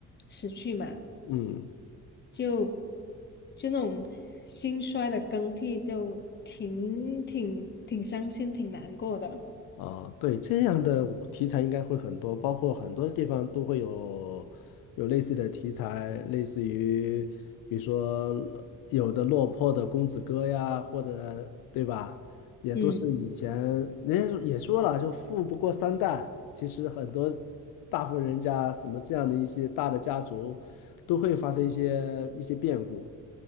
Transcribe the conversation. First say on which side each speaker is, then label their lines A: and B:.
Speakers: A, on the left (about 30°); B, on the left (about 85°).
A: 失去嘛。
B: 嗯。
A: 就就那种兴衰的更替，就挺挺挺伤心，挺难过的。
B: 啊，对，这样的题材应该会很多，包括很多地方都会有有类似的题材，类似于比如说有的落魄的公子哥呀，或者对吧，也都是以前人家也说了，
A: 嗯
B: 就富不过三代，其实很多大户人家什么这样的一些大的家族都会发生一些一些变故。